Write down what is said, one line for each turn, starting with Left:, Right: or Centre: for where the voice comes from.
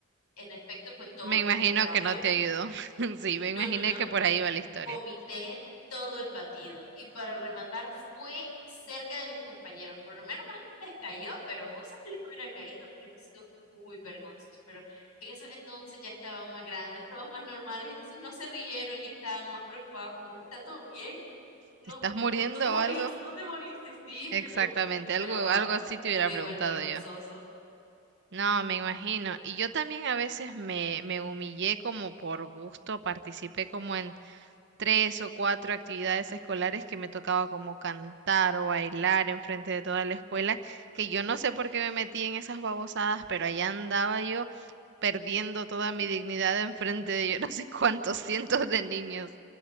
Left: En efecto, fue todo
Right: Me imagino
Left: lo contrario.
Right: que no te ayudó. <laughs> Sí, me
Left: No,
Right: imaginé
Left: no, no.
Right: que por ahí va la historia.
Left: Vomité todo el batido y para rematar fue cerca de mis compañeros. Por lo menos mal les cayó, pero vos sabés que les hubiera caído, hubiera sido muy vergonzoso. Pero en eso entonces ya estaban más grandes, <laughs> todos más normales, entonces no se rieron y estaban más preocupados como, ¿está todo bien? No,
Right: ¿Te estás
Left: no,
Right: muriendo
Left: no, no te morís,
Right: o algo?
Left: no te morís, sí,
Right: Exactamente,
Left: pero, pero
Right: algo,
Left: ah,
Right: algo así te hubiera
Left: fue
Right: preguntado
Left: igual vergonzoso.
Right: yo. No, me imagino. Y yo también a veces me, me humillé como por gusto, participé como en tres o cuatro actividades escolares que me tocaba como cantar o bailar enfrente de toda la escuela, que yo no sé por qué me metí en esas babosadas, pero allá andaba yo perdiendo toda mi dignidad enfrente de yo no sé cuántos cientos de niños.